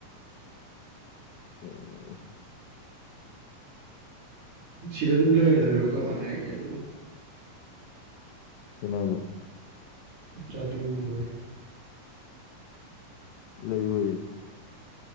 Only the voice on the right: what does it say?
ꯁꯤꯗ ꯑꯗꯨꯝ ꯂꯩꯔꯗꯣꯏꯔꫭ ꯀꯃꯥꯏꯅ ꯍꯥꯏꯒꯦ ꯑꯗꯨꯕꯨ
ꯖꯥꯗꯨꯂꯣꯏ